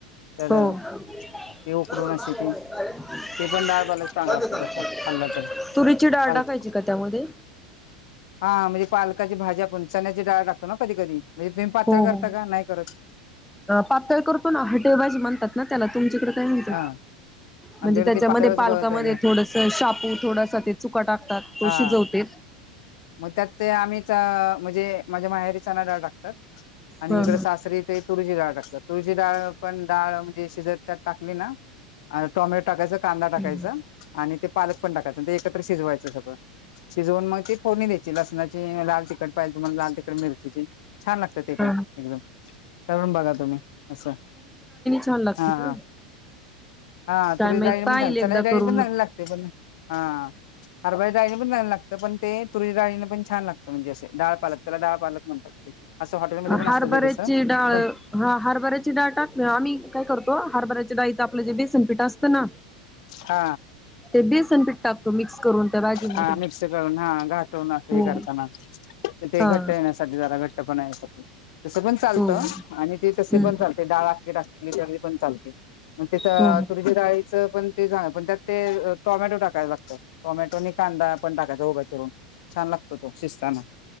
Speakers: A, on the left; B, in the centre.
A: तर
B: हो, <unintelligible>
A: ते उकडून असे ते ते पण डाळ पालक चांगला लागतो तसा खाल्ला तर
B: तुरीची डाडा,
A: पालक
B: पाहिजे का त्यामध्ये,
A: हा म्हणजे पालकाची भाजी आपण चण्याची डाळ टाकतो, ना कधी कधी, म्हणजे तुम्ही पातळ
B: हो हो
A: करता का नाही करत
B: पातळ करतो ना हटेबाजी म्हणतात, ना त्याला तुमच्याकडे, काय म्हणत?
A: हा आमच्याकडे
B: म्हणजे त्याच्यामध्ये
A: ते पातळच
B: पालकामध्ये
A: बनवतात
B: थोडस शापू थोडासा ते चुका टाकतात. तोशीच
A: हा
B: होते,
A: मग त्यात ते आम्हीच म्हणजे माझ्या माहेरी चनाडाळ टाकतात. आणि
B: ह
A: इकडे सासरी ते तुरी ची डा ळ टातात तुरी ची डाळ पणडाळ म्हणजे शिजत, त्यात टाकली ना टमॅटो, टाकायच कांदा, टाकायचा
B: ह
A: आणि ते पालक पण टाकायच. ते एकत्र शिजवायचं सगळं शिजवून मग ते, फोणी द्यायची लसणाची लाल तिकट पाहिजे तुम्हाला लाल तिकट मिरचीची, छान लागत ते पण
B: ह
A: एकदम करून बघा तुम्ही असं.
B: अछान लागते
A: हा
B: का?
A: हा
B: काय
A: तुरी
B: माहित
A: ची डाळी ना
B: पाहिल
A: पणां चनाच्या
B: एकदा करून
A: पण चांगली लागते. पण हा, हरभरा च्या डाळी ना पण चागलं लागते. तर पण ते तुरी डाळीने पण छान लागतं, म्हणजे असे डाळ पालकला डाळ पाल म्हणतात ते, असं हॉटेलमध्ये पण
B: हरभऱ्याची
A: असतं ते तसं
B: डाळ
A: पण
B: ह हरभऱ्याची डाळ टाक ना आम्ही काय, करतो हरभऱ्याची गाईच आपलं जे बेसनपीठ असतं ना
A: हा
B: ते बेसनपीठ टाकतो मिक्स करून त्या भाजीमध्ये
A: हा मिक्सरला करून हा घाटून, <unintelligible>
B: हो
A: करताना ते
B: हा
A: घट्ट येण्यासाठी जरा घट्ट पण, तसं पण चालतं
B: हो
A: आणि ते तसे
B: हम्म
A: पण चालते डाळ आली टाकली तर पण चालते. त्या
B: हो
A: तुरची डाळीचं पण ते पण त्यात ते टोमॅटो टाकायला लागतात. टोमॅटो न कांदा पण टाकायचा उभ्या चिून छान लागतो तो शिजताना.